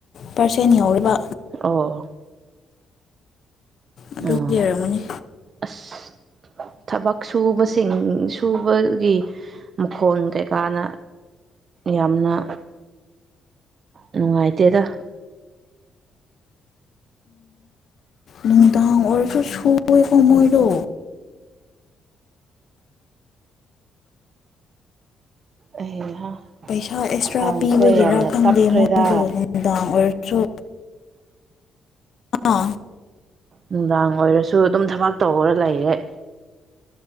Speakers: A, on the left (about 45°); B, on the right (about 35°).
A: ꯄꯥꯔꯁꯦꯟ ꯌꯧꯔꯤꯕ
B: ꯑꯣ
A: ꯑꯗꯨ
B: ꯑꯥ
A: ꯂꯩꯔꯝꯃꯅꯤ
B: ꯑꯁ ꯊꯕꯛ ꯁꯨꯕꯁꯤꯡ ꯁꯨꯕꯒꯤ ꯃꯈꯣꯣꯟ ꯀꯩꯀꯥꯅ ꯌꯥꯝꯅ ꯅꯨꯡꯉꯥꯏꯇꯦꯗ
A: ꯎ ꯂꯗ ꯑꯣꯔꯁꯨ ꯁꯣꯏ ꯀꯃꯣꯏꯔꯣ
B: ꯑꯩꯍꯥ
A: ꯄꯩꯥ ꯑꯦꯛꯁꯇ꯭ꯔꯥ
B: ꯁꯥꯎꯟꯁꯦ
A: ꯄꯤꯕꯒꯤꯦꯔꯥ
B: ꯌꯥꯝꯅ
A: ꯈꯪꯗꯦ
B: ꯇꯞꯈ꯭ꯔꯦꯗ
A: ꯃꯣꯏꯗꯣ ꯅꯨꯡꯗꯥꯡ ꯑꯣꯏꯔ ꯑꯥ
B: ꯅꯨꯡꯗꯥꯡ ꯑꯣꯏꯔꯁꯨ ꯑꯗꯨꯝ ꯊꯕꯛ ꯇꯧꯔ ꯂꯩꯔꯦ